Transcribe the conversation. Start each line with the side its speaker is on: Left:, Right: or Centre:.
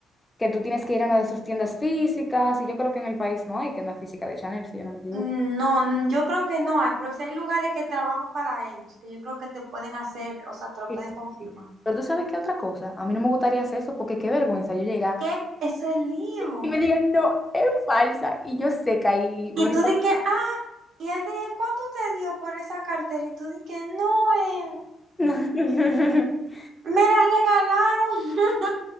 Left: que tú tienes que ir a una de sus tiendas físicas, y yo creo que en el país no hay tiendas físicas de Chanel, si yo no me equivoco.
Right: No, n- yo creo que no hay, pero si hay lugares que trabajan para ellos, que yo creo que te pueden hacer, o sea, te lo
Left: Sí,
Right: pueden
Left: sí.
Right: confirmar.
Left: sí. Pero tú sabes qué otra cosa, a mí no me gustaría hacer eso porque qué vergüenza yo llegar
Right: ¿Qué? Eso es lío.
Left: y me digan, no, es falsa y yo seca y
Right: Y
Left: ahorita...
Right: tú dices, que, Y él te dice, ¿cuánto te dio por esa cartera? Y tú dices, no, eh,
Left: <laughs>
Right: me la regalaron. <laughs>